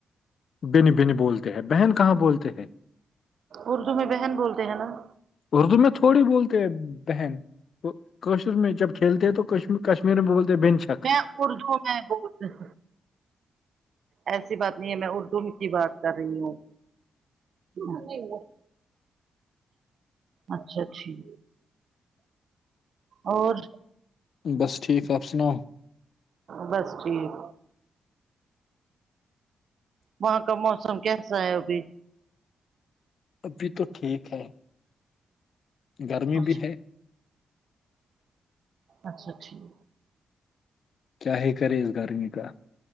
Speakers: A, on the left (about 65°); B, on the right (about 65°).
A: بن بن بولتے ہیں بہن کہاں بولتے ہیں
B: اردو میں بہن بولتے ہیں نا
A: اردو میں تھوڑی بولتے ہیں بہن کشر میں جب کھیلتے ہیں تو کش کشمیر میں بولتے بنچ
B: میں اردو میں بہت پند ایسی بات نہیں ہے میں اردو میں کی بات کر رہی ہوں نہیں نہیں اچھا ٹھیک اور
A: بس ٹھیک اپ سناو
B: بس ٹھیک وہاں کا موسم کیسا ہے ابھی
A: ابھی تو ٹھیک ہے گرمی
B: اچھا
A: بھی ہے
B: اچھا ٹھیک
A: کیا ہی کرے اس گرمی کا